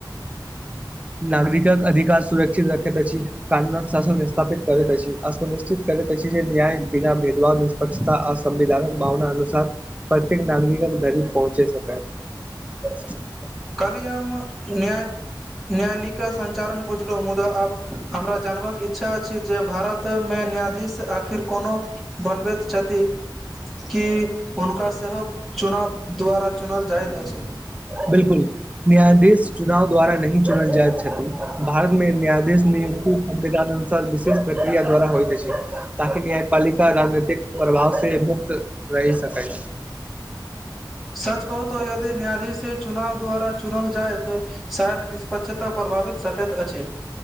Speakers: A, in the centre; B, on the right.
A: <inaudible>
B: नागरिकक अधिकार सुरक्षित रखैत छी कानूनक शासन विस्थापित करैैत छी अ सुनिश्चित करै त जे न्याय बिना भेदवाव पषता असविधानक भावना अनुसार प्रत्येक नागरिक धरी पहुँचे सकै <inaudible>
A: काली हम न्याय न्यायालिका संचालन बुझलु मुदा आब हमरा जानबाक इच्छा अछि जे भारत त मे न्यायाधीश आखिर कोनो बनबैत छथि की हुनका सेहो चुनाव द्वारा चुनल जाइत अछि
B: बिल्कुल न्यायाधीश चुनाव द्वारा नहि चुनल जाइत छथि भारत मे न्यायाधीश नियुक्ति संवेदान विशेष प्रक्रिया द्वारा होइत छै ताकि न्यायपालिका राजनीतिक प्रभाव से मुक्त रहि सकै
A: सच कहू तो यदि न्यायाधीश चुनाव द्वारा चुनल जाय तऽ शायद निष्पक्षता प्रभावित सकैत अछि